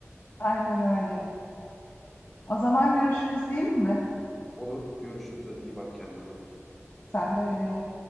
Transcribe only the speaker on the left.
Aynen öyle. O zaman görüşürüz diyelim mi?
Sen de öyle.